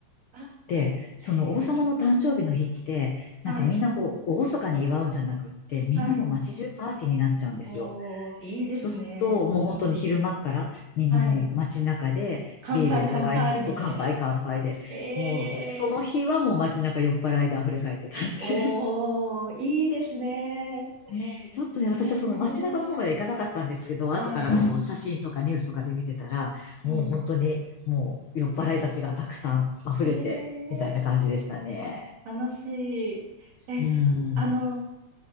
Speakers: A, on the right; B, on the left.
A: あ、
B: で、その王様の誕生日の日って、
A: へえ。はい。
B: なんかみんなこう、厳かに祝うんじゃなくって、みんなもう街中パーティーになっちゃうんですよ。
A: はい。おー、いいですね。
B: そうすると、もう本当に昼間っから、
A: うん。
B: みんなもう街中で、
A: はい。乾杯、
B: ビールお互いに、
A: 乾杯、
B: そう、
A: みたいな。
B: 乾杯乾杯で、
A: ええ。
B: もう、その日はもう街中酔っ払いで溢れ返ってたって。
A: おー、いいですね。
B: ねえ、ちょっとね、私はその街中の方までは行かなかったんですけど、
A: ええ。はい。
B: 後からこう写真とかニュースとかで見てたら、
A: うん。
B: もう本当にもう酔っ払いたちがたくさん溢れて、
A: いや、すええ、
B: みたいな感じでしたね。
A: 楽しい。え、
B: うん。
A: あの、